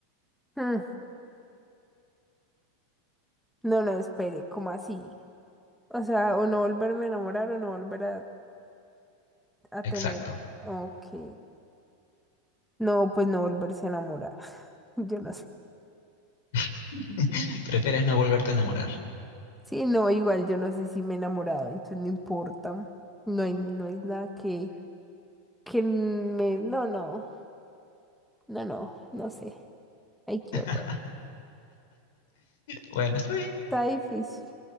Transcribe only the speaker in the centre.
Mm, no, no, espere, ¿cómo así? O sea, o no volverme a enamorar o no volver a, a tener.
Ok. No, pues no volverse a enamorar. <laughs> Yo no sé.
Sí, no, igual yo no sé si me he enamorado, entonces no importa. No hay, no es nada que, que me. No, no, no, no, no sé. Ay, qué
horror.
Está difícil.